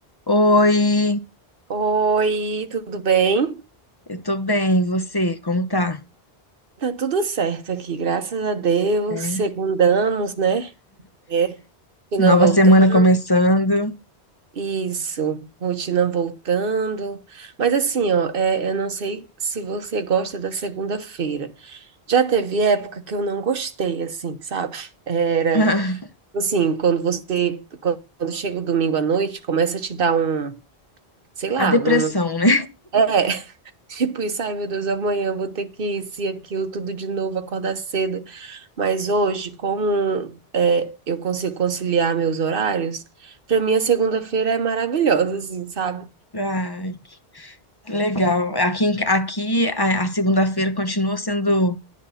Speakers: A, on the left; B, on the right.
A: Oi,
B: Oi, tudo bem?
A: eu tô bem, e você, como tá?
B: Tá tudo certo aqui, graças a Deus.
A: É,
B: Segundamos, né? É, rotina
A: Nova
B: voltando.
A: semana começando.
B: Isso, rotina voltando. Mas assim, ó, é, eu não sei se você gosta da segunda-feira. Já teve época que eu não gostei, assim, sabe? Era,
A: <laughs>
B: assim, quando você, quando chega o domingo à noite, começa a te dar um, sei lá,
A: A depressão,
B: um,
A: né?
B: é, Tipo isso, ai meu Deus, amanhã eu vou ter que isso e aquilo tudo de novo, acordar cedo. Mas hoje, como é, eu consigo conciliar meus horários, para mim a segunda-feira é maravilhosa, assim, sabe?
A: Ai, que legal. Aqui, em aqui a, a segunda-feira continua sendo